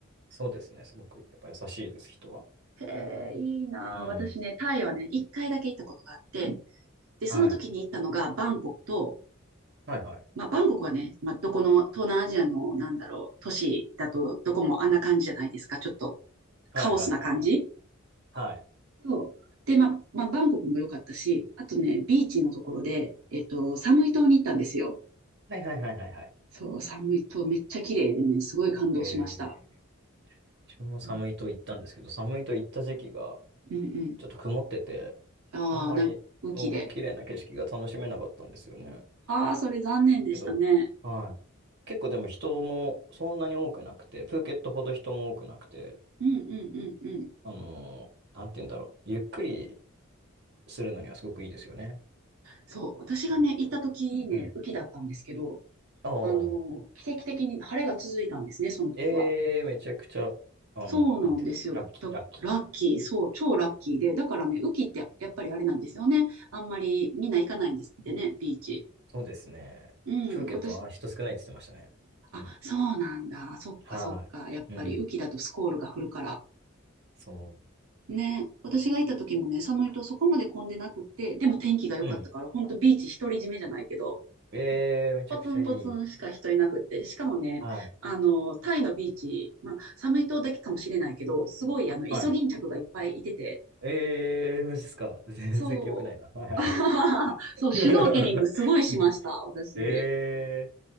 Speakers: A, on the right; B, on the right.
A: そうですね。すごくやっぱ優しいです、人は。
B: へえ、いいなあ。
A: うん。
B: 私ね、タイはね、一回だけ行ったことがあって、で、その時に行ったのがバンコクと、
A: はい。はいはい。
B: まあ、バンコクはね、まあ、どこの東南アジアの、なんだろう、都市だと、どこもあんな感じじゃないですか。ちょっと
A: はいはいはいはい。
B: カオスな感じ。
A: はい。
B: そう。で、まあ、まあ、バンコクも良かったし、あとね、ビーチのところで、えっと、サムイ島に行ったんですよ。
A: はいはいはいはいはい。
B: そう、寒いとめっちゃ綺麗でね、すごい感動しました。
A: えー、自分も寒いと行ったんですけど、
B: うん。
A: 寒いと行った時期が
B: うんうん。
A: ちょっと曇ってて、
B: ああ、
A: あんまり、
B: なんか、雨季で。
A: うん、綺麗な景色が楽しめなかったんですよね。
B: ああ、それ残念でしたね。
A: けど、はい結構でも人もそんなに多くなくて、プーケットほど人も多くなくて、
B: うんうんうんうん。
A: あのーなんて言うんだろう。ゆっくりするのにはすごくいいですよね。
B: そう、私がね、
A: そうえっと。
B: 行った時ね、
A: うん。
B: 雨季だったんですけど、
A: ああ。
B: あの、奇跡的に晴れが続いたんですね、その時は。
A: ええめちゃくちゃ、あの、
B: そうなんですよ。
A: なんて言うんだっけラッキー、
B: だラッキー、
A: ラッキー。
B: そう、超ラッキーで。だからね、雨季ってやっぱりあれなんですよね。あんまりみんな行かないんですってね、ビーチ。
A: そうですね。
B: うん、
A: プーケットは人少ないって言ってましたね。
B: 私、あ、
A: うん。
B: そうなんだ。そっかそっか。
A: はい。
B: やっぱり雨季だとスコールが降るから。
A: うん。そ
B: ね、私が行った時もね、寒いとそこまで混んでなくって、でも天気が良かったから、
A: う。うん。
B: ほんとビーチ独り占めじゃないけど、
A: ええめちゃくちゃいい。
B: ポツンポツンしか人いなくって、しかもね、
A: はい。
B: あの、タイのビーチ、まあ、寒い島だけかもしれないけど、すごい、あの、イソギンチャクがいっぱいいてて、
A: はい。ええマジっすか。全然記憶ないな。
B: そう。
A: はい。
B: <laughs> そう、
A: <laughs>
B: シュノーケリングすごいしました、私。
A: ええ